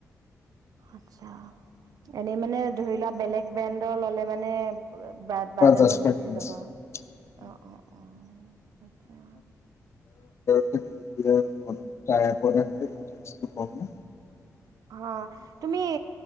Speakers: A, on the right; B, on the left.
A: আছা এনে মানে ধৰি লোৱা বেলেগ ব্ৰেডৰ ল'লে মানে বাজাজত
B: বাজাজ ফাইনেন্স
A: গুচি যাব আৰু
B: এতিয়া
A: অ -অ - অ আচছা
B: কম <unintelligible>
A: হা তুমি